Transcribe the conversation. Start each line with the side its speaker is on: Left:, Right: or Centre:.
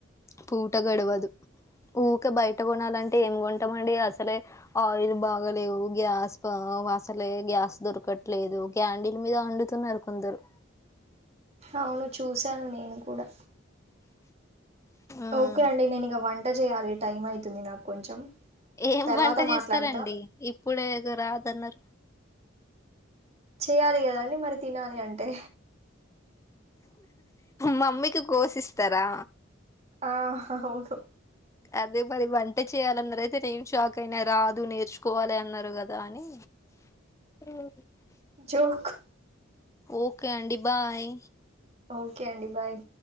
Left: పూట గడువదు ఉక్కే బయట కొనాలంటే ఏం కొంటామండి అసలే ఆయిల్ బాగలేవు గ్యాస్ బా అసలే గ్యాస్ దొరకట్లేదు క్యాడిల్ మీద వండుతున్నారు కొందరు
Right: అవును చూశాను నేను కూడా
Left: ఉమ్
Right: ఓకే అండి నేను ఇక వంట చేయాలి టైం అయితుంది నాకు కొంచెం
Left: ఏం
Right: తర్వాత
Left: ఒంట చేస్తారండి
Right: మాట్లాడతా
Left: ఇప్పుడే గా రాదన్నారు
Right: చెయాలి కదాండి మరి తినాలి అంటే
Left: మమ్మీకి కోసిస్తారా
Right: ఆ అవును
Left: అదే మరి వంట చేయాలన్నారు అయితే నేను షాక్ అయినా రాదు నేర్చుకోవాలి అన్నారు కదా అని మ్
Right: జోక్
Left: ఓకే అండి బాయ్
Right: ఓకే అండి బాయ్